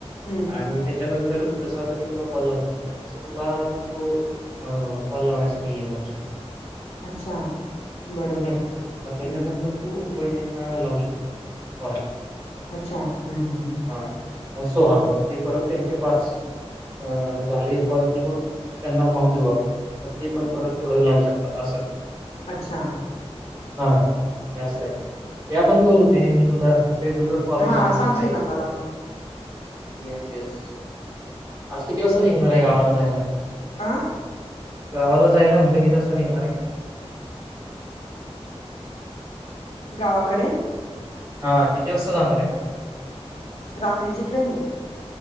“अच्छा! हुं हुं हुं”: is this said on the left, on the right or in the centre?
Left